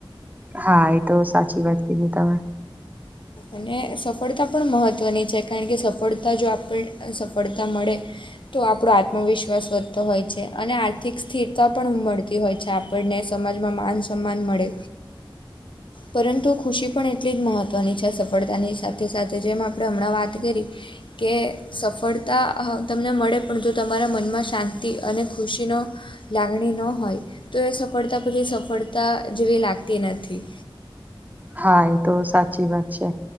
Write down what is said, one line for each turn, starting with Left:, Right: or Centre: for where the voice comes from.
Right: હા એ તો સાચી વાત કીધી તમે
Left: અને સફળતા પણ મહત્ત્વની છે કારણ કે સફળતા જો આપણ સફળતા મળે તો આપણો આત્મવિશ્વાસ વધતો હોય છે અને આર્થિક સ્થિરતા પણ મળતી હોય છે આપ પણને સમાજમાં માન સન્માન મળે
Right: <inaudible>
Left: પરંતુ ખુશી પણ એટલી જ મહત્વની છે સફળતાની સાથે સાથે જેમ આપણે હમણાં વાત કરી કે સફળતા હ તમને મળે પણ જો તમારા મનમાં શાંતિ અને ખુશીનો લાગણી ન હોય તો એ સફળતા પછી સફળતા જેવી લાગતી નથી
Right: હા એ તો સાચી વાત છે